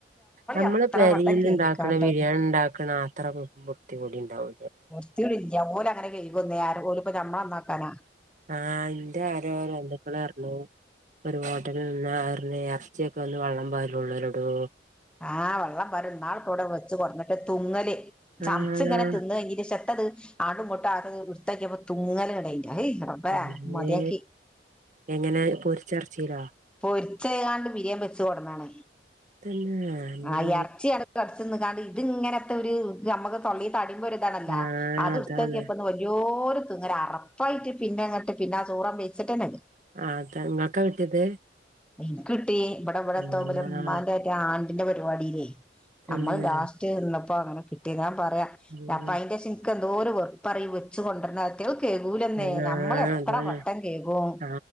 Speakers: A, on the right; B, in the centre.
A: നമ്മള്
B: എത്ര
A: പരിൽ
B: വട്ടം കെയ്കിക്കാണ്ടാണ്
A: ഉണ്ടാക്കണ ബിരിയാണി ഉണ്ടാക്കണ അത്ര ബുദ്ധിമുട്ട് കൂടി ഉണ്ടാവോ
B: വൃത്തിയൊന്നുല്ല ഓല് അങ്ങനെ കഴ്കൊന്നൂല്യ ഓര്പ്പോ നമ്മള നന്നാക്കാനാ
A: ആഹ ഇന്റെ ആരോ ബന്ധുക്കൾ പറഞ്ഞു ഒരു ഹോട്ടലിൽ നിന്ന് അറിഞ് ഇറച്ചിയൊക്കെ ഒന്ന് വെള്ളം പരോള്ളോലെഡോ
B: ആ വെള്ളം പാരോള്ളു ന്നാൾ പ്പോ വെച്ച് കൊട്ന്നിട്ട് തുങ്ങല് ചമ്ച്ച്
A: ആഹ്
B: ങ്ങനെ തിന്ന് കഴിഞ്ഞിന്റെ ശേഷം ത്തത് ആടുംങ്ങാട്ടും വൃത്യാക്കെപ്പോ തുമങ്ങല് അയ് ന്റെറബ്ബേ
A: അമ്മേ
B: മതാക്കി
A: എങ്ങനെ പൊരിച്ചെറച്ചീലോ
B: പോരിച്ച ച്ചാണ്ട് ബിരിയാണ് വെച്ച് കൊടന്നാണ്
A: തന്നെ അമ്മേ
B: ആ ഇറച്ചിടുത്ത് കടിച്ച് തിന്നാണ്ട് ഇത് ഇങ്ങനത്തെ ഒരു നമ്മുക്ക് തൊള്ളില് തടിമ്പോ ഒരിതണല്ല
A: ആഹ്
B: അത്ടുത്തോക്യപ്പോണ്ട്
A: അതാണ്
B: വല്യൊരു തുങ്ങൽ അറപ്പായിട്ട് പിന്നെങ്ങട്ട് പിന്നെ ചോറ് വേയ്ച്ചിട്ടന്നെല്ല
A: ആ ത് ങ്ങക്കാ കിട്ടിയത്
B: ഇൻകിട്ടി ഇവിടെ ഇവിടെ
A: ആഹ്
B: ത്തോ ഉമ്മാന്റെ ആണ്ടിന്റെ പരിപാടിലെയ്
A: തന്നെ
B: നമ്മൾ ലാസ്റ്റ് തിന്നപ്പോ അങ്ങനെ കിട്ടി ഞാൻ പറയാം
A: ഉം
B: അപ്പ അയിന്റെശ ന്ക്ക് എന്തോരു വേർപാറിയോ ഈ വെച്ച് കൊണ്ടര്നോക്കെ കെക്കൂലെന്നെ
A: അല്ലാ
B: നമ്മൾ എത്ര
A: അതാണ്
B: വട്ടം കെക്കും
A: ആ